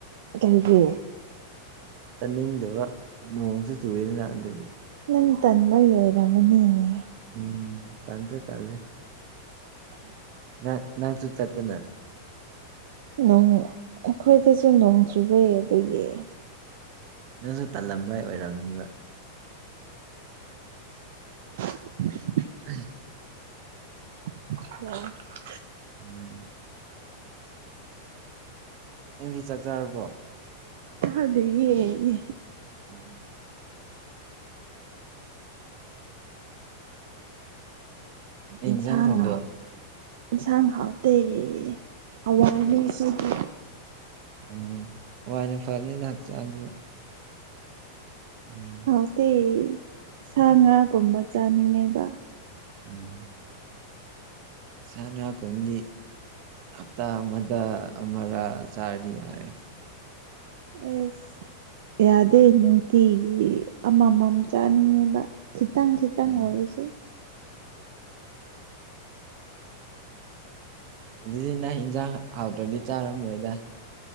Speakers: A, on the right; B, on the right.
A: ꯀꯩꯒꯤ
B: ꯆꯥꯅꯤꯡꯗꯕ ꯅꯣꯡꯁꯨ ꯆꯨꯏꯗꯅ ꯑꯗꯨꯒꯤ
A: ꯅꯪ ꯇꯟꯕꯒꯤ ꯑꯣꯏꯔꯝꯃꯅꯤꯅꯦ
B: ꯎꯝ ꯇꯥꯟꯁꯨ ꯇꯜꯂꯦ
A: <inaudible>
B: ꯅ ꯅꯪꯁꯨ ꯆꯠꯇꯅ
A: ꯅꯣꯡ ꯑꯈꯣꯏꯗꯁꯨ ꯅꯣꯡ ꯆꯨꯕꯩ ꯑꯗꯨꯒꯤ
B: ꯅꯪꯁꯨ ꯇꯥꯜꯂꯝꯕꯏꯩ ꯑꯣꯏꯔꯝꯅꯤꯕ
A: <inaudible>
B: <unintelligible>
A: <inaudible>
B: ꯎꯝ ꯑꯦꯡꯗꯤ ꯆꯥꯛ ꯆꯥꯔꯕꯣ
A: ꯆꯗ꯭ꯔꯤꯌꯦ ꯌꯦ
B: ꯎꯝ ꯀꯩ
A: ꯏꯟꯁꯥꯡ
B: ꯏꯟꯖꯥꯡ ꯊꯣꯡꯒꯦ
A: ꯍꯥꯎ ꯏꯟꯁꯥꯡ ꯍꯥꯎꯇꯦ ꯍꯋꯥꯏꯅꯦ
B: ꯑꯩꯁ
A: ꯑꯩꯈꯣꯏꯗꯤ
B: ꯎꯝ ꯋꯥꯏꯅ ꯐꯔꯅꯤꯗ ꯍꯛꯆꯥꯡꯁꯨ ꯎꯝ
A: ꯍꯥꯎꯇꯦ ꯁꯥ ꯉꯥꯒꯨꯝꯕ ꯆꯥꯅꯤꯡꯉꯦꯕ
B: ꯎꯝ ꯁꯥ ꯉꯥꯀꯨꯝꯕꯗꯤ ꯍꯞꯇꯥ ꯑꯃꯗ ꯑꯃꯔꯥꯛ ꯆꯥꯔꯗꯤ ꯌꯥꯔꯦ
A: ꯑꯦꯁ ꯌꯥꯗꯦ ꯅꯨꯡꯇꯤꯒꯤ ꯑꯃꯃꯝ ꯆꯥꯅꯤꯡꯉꯦꯕ ꯈꯤꯇꯪ ꯈꯤꯇꯪ
B: ꯎꯝ
A: ꯑꯣꯏꯔꯁꯨ
B: ꯑꯗꯨꯗꯤ ꯅꯪ ꯏꯟꯖꯥꯡ ꯍꯥꯎꯇ꯭ꯔꯗꯤ ꯆꯥꯔꯝꯃꯣꯏꯗ